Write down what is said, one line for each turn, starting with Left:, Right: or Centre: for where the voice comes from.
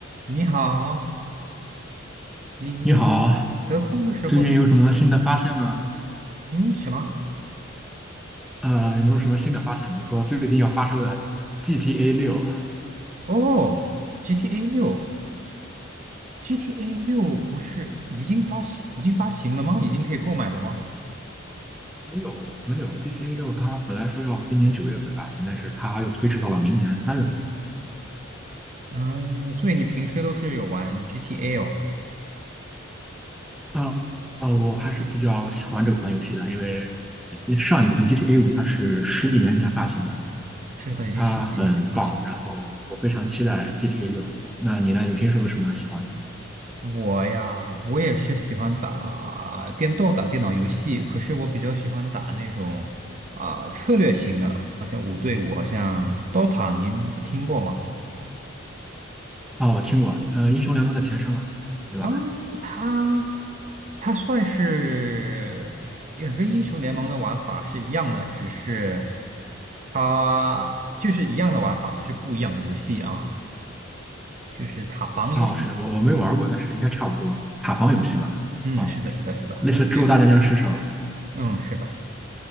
Right: 你好，您
Centre: 你好，
Right: 得空的时候
Centre: 最近有什么新的发现吗？
Right: 嗯，什么？
Centre: 呃，有没有什么新的发现？比如说最近要发售的 GTA 六，
Right: 哦，GTA 六，GTA 六不是已经发行，已经发行了吗？已经可以购买了吗？
Centre: 没有没有，GTA 六它本来说要今年九月份发行，但是它又推迟到了明年三月
Right: 嗯，所以你平时都是有玩 GTA 哦？
Centre: 份。啊、呃，我还是比较喜欢这款游戏的，因为上一款 GTA 五它是十几年前发行的，
Right: 是的，已经十几年没发行。
Centre: 它很棒，然后我非常期待 GTA 六。那你呢？你平时有什么喜欢的？
Right: 我呀，我也是喜欢打电动、打电脑游戏，可是我比较喜欢打那种啊、策略型的，好像五对五，好像 Dota，您听过吗？
Centre: 哦，我听过，呃，英雄联盟的前身嘛，对吧？
Right: 啊，它它算是也跟英雄联盟的玩法是一样的，只是它就是一样的玩法，可是不一样的游戏啊，就是塔防游戏。
Centre: 哦，是我我没玩过，但是应该差不多。塔防游戏吧，
Right: 嗯嗯，
Centre: 啊，
Right: 是的，是的，是的，
Centre: 类似《植物大战僵尸》是吧？
Right: 我会，嗯，是的，